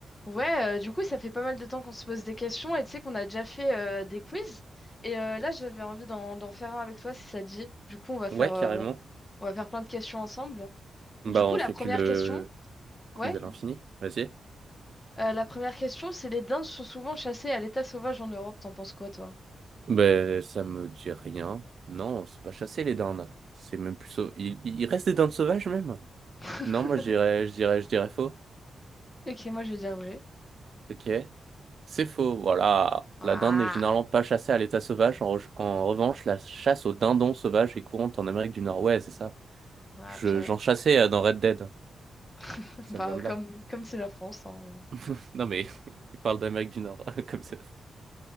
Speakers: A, on the left; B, on the right.
A: Ouais, euh, du coup, ça fait pas mal de temps qu'on se pose des questions et tu sais qu'on a déjà fait euh, des quiz. Et euh, là, j'avais envie d'en d'en faire un avec toi si ça te dit. Du coup, on va faire,
B: Ouais,
A: euh,
B: carrément.
A: on va faire plein de questions ensemble. Du
B: Bah,
A: coup,
B: on
A: la
B: fait
A: première
B: que le
A: question, ouais,
B: quiz à l'infini. Vas-y.
A: euh, la première question, c'est les dindes sont souvent chassées à l'état sauvage en Europe. T'en penses quoi, toi?
B: Bah, ça me dit rien. Non, c'est pas chasser les dindes. C'est même plus. sau- Il, il reste des dindes sauvages, même.
A: <laughs>
B: Non, moi, je dirais, je dirais, je dirais faux.
A: Ok, moi, je vais dire vrai.
B: Ok. C'est faux. Voilà.
A: Ah,
B: La dinde n'est généralement pas chassée à l'état sauvage. En, re- en revanche, la chasse aux dindons sauvages est courante en Amérique du Nord. Ouais, c'est ça.
A: ah
B: Je,
A: purée.
B: j'en chassais euh, dans Red Dead.
A: <laughs>
B: Ça
A: Bah,
B: vient de
A: comme
B: là.
A: comme c'est la France. hein.
B: <laughs> Non, mais <laughs> il parle d'Amérique du Nord, <laughs> comme ça.